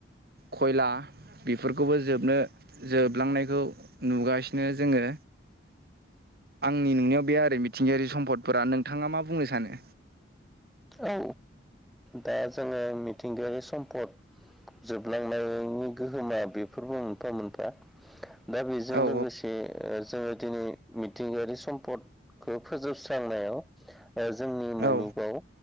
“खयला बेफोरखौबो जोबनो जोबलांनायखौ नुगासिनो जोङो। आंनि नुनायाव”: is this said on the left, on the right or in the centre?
Right